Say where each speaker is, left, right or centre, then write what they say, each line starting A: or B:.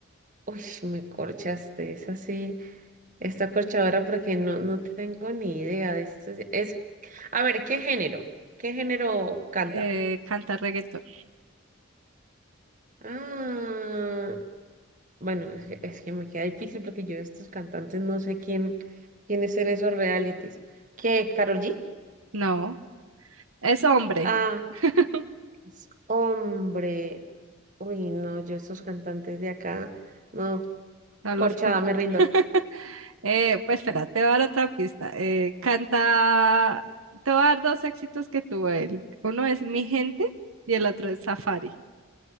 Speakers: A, on the right (about 40°); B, on the right (about 85°).
A: Uy, me corchaste. Es así, esta corchadora porque no, no tengo ni idea de esto. Es, a ver, ¿qué género? ¿Qué género canta?
B: Eh, canta reggaetón.
A: Ah, bueno, es que, es que me queda difícil porque yo de estos cantantes no sé quién, quién es en esos realities. ¿Qué, Karol G?
B: No. Es hombre.
A: Ah,
B: <laughs>
A: es hombre. Uy, no, yo estos cantantes de acá, no,
B: No los
A: corchada,
B: conozco.
A: me rindo.
B: <laughs> Eh, pues espera, te voy a dar otra pista. Eh, canta, te voy a dar dos éxitos que tuvo él. Uno es Mi Gente y el otro es Safari.